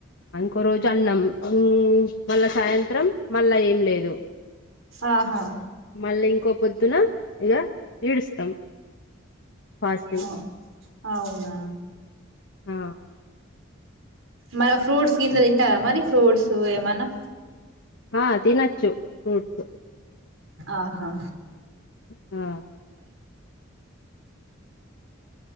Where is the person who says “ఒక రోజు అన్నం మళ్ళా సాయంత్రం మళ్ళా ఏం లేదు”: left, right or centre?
Left